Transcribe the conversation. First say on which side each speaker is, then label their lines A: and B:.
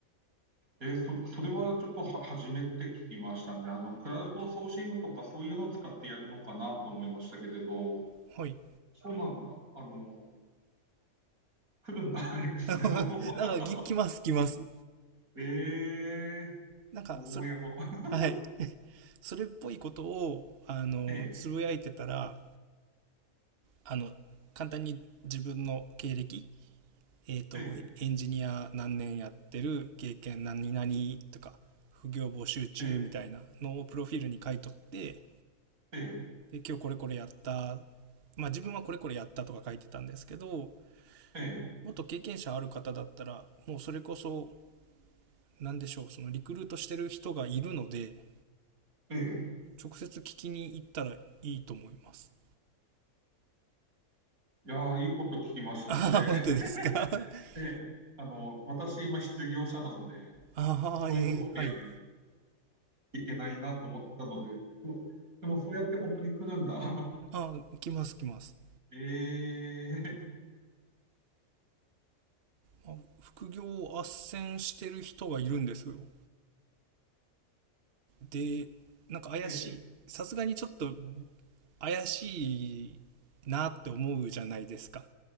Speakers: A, on the right (about 85°); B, on the right (about 50°).
A: えー、そ、それはちょっとは初めて聞きましたね。あの、クラウドソーシングとかそういうのを使ってやるのかなと思いましたけれど、
B: はい。
A: そうなんだ。あの、来るんだ、<laughs> X
B: <laughs> なん
A: でも。<laughs>
B: かき、来ます、来ます。
A: ええ、
B: なんか、
A: 僕もやろう。
B: それ、はい。
A: <laughs>
B: それっぽいことを、あの、
A: ええ、
B: つぶやいてたら、あの、簡単に自分の経歴えっ、と、
A: ええ、
B: エンジニア何年やってる経験何々とか、副業募集中みたいなのをプロフィールに書いとって、
A: ええ、ええ。
B: で、今日これこれやった、まあ自分はこれこれやったとか書いてたんですけど、
A: ええ、
B: もっと経験者ある方だったら、もうそれこそ、何でしょう、そのリクルートしてる人がいるので、
A: ええ。
B: 直接聞きに行ったらいいと思います。
A: いやー、いいこと聞きました。
B: ああ、
A: それ、
B: 本当ですか
A: <laughs>
B: <laughs>
A: ええ。あの、私、今、失業者なので、
B: ああ、
A: そういうことをやんない
B: えー、はい。
A: と <laughs> いけないなと思ってたので、でも、でもそうやって本当に来るんだ。<laughs>
B: ああ、来ます来ます。
A: ええ、
B: まあ副業を斡旋してる人がいるんですよ。で、なんか怪しい、
A: ええ。
B: さすがにちょっと怪しいなって思うじゃないですか